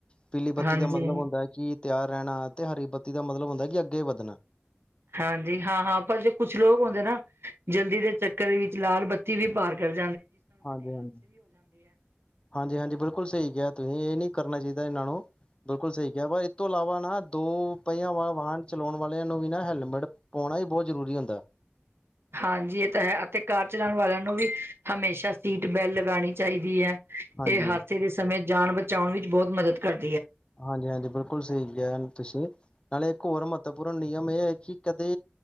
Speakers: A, on the left; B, on the right.
A: ਪੀਲੀ ਬੱਤੀ
B: ਹਾਂਜੀ।
A: ਦਾ ਮਤਲਬ ਹੁੰਦਾ ਕਿ ਤਿਆਰ ਰਹਿਣਾ, ਤੇ ਹਰੀ ਬੱਤੀ ਦਾ ਮਤਲਬ ਹੁੰਦਾ ਕਿ ਅੱਗੇ ਵੱਧਣਾ।
B: ਹਾਂਜੀ, ਹਾਂ, ਹਾਂ, ਪਰ ਜੇ ਕੁਛ ਲੋਕ ਹੁੰਦੇ ਨਾ ਜਲਦੀ ਦੇ ਚੱਕਰ ਵਿੱਚ ਲਾਲ ਬੱਤੀ ਵੀ ਪਾਰ ਕਰਦੇ।
A: ਹਾਂਜੀ, ਹਾਂਜੀ, ਹਾਂਜੀ, ਹਾਂਜੀ, ਬਿਲਕੁਲ ਸਹੀ ਕਿਹਾ, ਤੁਸੀਂ ਇਹ ਨਹੀਂ ਕਰਨਾ ਚਾਹ ਇਹਨਾਂ ਨੂੰ। ਬਿਲਕੁਲ ਸਹੀ ਕਿਹਾ ਪਰ ਇਹ ਤੋਂ ਇਲਾਵਾ ਨਾ ਦੋ ਪਹੀਆਂ ਵਾਲਾ ਵਾਹਨ ਚਲਾਉਣ ਵਾਲਿਆਂ ਨੂੰ ਵੀ ਨਾ ਹੈਲਮਟ ਪਾਉਣ ਣਾ ਵੀ ਬਹੁਤ ਜ਼ਰੂਰੀ ਹੁੰਦਾ।
B: <unintelligible> ਹਾਂਜੀ, ਇਹ ਤਾਂ ਹੈ, ਅਤੇ ਕਾਰ ਚਲਾਉਣ ਵਾਲਿਆਂ ਨੂੰ ਵੀ ਹਮੇਸ਼ਾ ਸੀਟ ਬੈਲਟ ਲਗਾਣੀ ਚਾਹੀਦੀ ਐ।
A: ਹਾਂਜੀ
B: ਇਹ ਹਾਦਸੇ ਦੇ ਸਮੇਂ ਜਾਨ ਬਚਾਉਣ ਵਿੱਚ ਬਹੁਤ ਮਦਦ ਕਰਦ
A: ਹਾਂਜੀ, ਹਾਂਜੀ, ਬਿਲਕੁਲ ਸਹੀ ਕਿਹਾ ਤੁਸੀਂ। ਨਾਲੇ ਇੱਕ ਹੋਰ ਮਹੱਤਵਪੂਰਨ ਨਿਯਮ ਏ ਹੈ ਕਿ ਕਦੇ